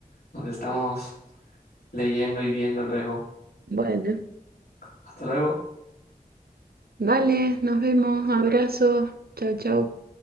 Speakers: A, on the left; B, on the right.
A: Nos estamos leyendo y viendo luego.
B: Bueno,
A: Hasta luego.
B: vale, nos vemos, abrazos, chao, chao.